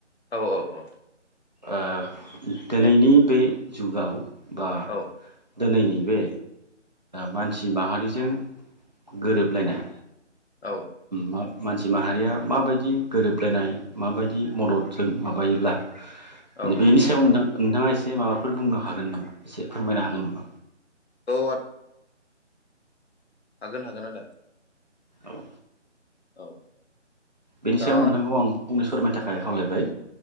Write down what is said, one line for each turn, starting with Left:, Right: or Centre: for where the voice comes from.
Left: औ औ औ।
Right: ओ दिनैनि बे जुगाव बा।
Left: औ
Right: दिनैनि बे मानसि माहारिजों गोरोबलायनाय
Left: औ
Right: म मानसि माहारिया माबायदि गोरोबलायनाय माबायदि मददजों माबायोब्ला माने
Left: औ
Right: बेनि सायाव नोंथां। नोंथाङा एसे माबाफोर बुंनो हागोन नामा एसे फोरमायनो हागोन नामा?
Left: औ आ। हागोन हागोन आदा।
Right: औ।
Left: औ
Right: बेनि
Left: दा
Right: सायाव नोंथांखौ आं। बुंनो फोरमायनो थाखाय खावलायबाय।